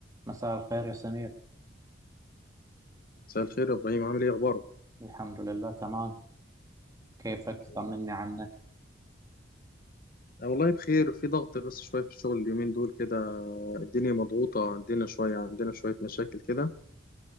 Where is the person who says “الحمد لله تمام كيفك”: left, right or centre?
Right